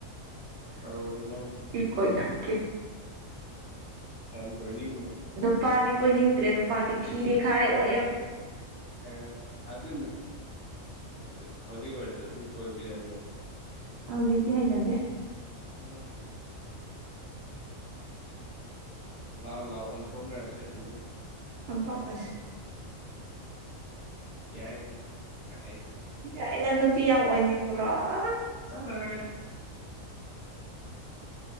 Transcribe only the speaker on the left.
ꯇꯧꯔꯤ ꯅꯪꯁꯦ
ꯌꯥꯝꯃꯨ ꯀꯣꯏꯅꯤ
ꯑ ꯑꯗꯨ ꯑꯗꯨ ꯍꯧꯖꯤꯛ ꯑꯣꯏꯔꯁꯨ ꯑꯗꯨꯝ ꯀꯣꯏꯕ ꯌꯥꯏ ꯀ
ꯑꯣ ꯂꯥꯛꯎ ꯂꯥꯛꯑꯣ ꯑꯣꯟꯊꯣꯛꯅꯔꯁꯦ ꯑꯗꯨꯗꯤ
ꯌꯥ ꯀ
ꯆꯠꯂꯣꯍꯦ